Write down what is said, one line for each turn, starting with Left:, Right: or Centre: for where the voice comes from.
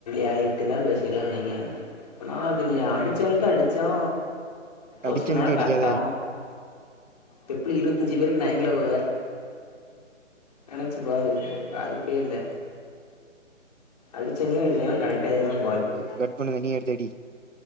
Left: ஏழு எட்டு கால் பேசில்லான்னு நினைக்கே ரொம்ப நாளாது நீ அடிச்சவன்ட்ட அடிச்சோ ஒரு
Right: அடிச்சவனுக்கே
Left: சில நேரம்
Right: அடிக்காத
Left: கரெக்ட் ஆவும் பெப்பிலி இரவத்தஞ்சு பேருக்கு நா எங்கள போவ நினைச்சு பாரு வாய்ப்பே இல்ல அடிச்சங்களே அடிச்சாதா கனெக்ட் ஆயி ஏதோ உனக்கு வாய்ப்பு
Right: பொண்ணுங்க நீ எடுத் அடி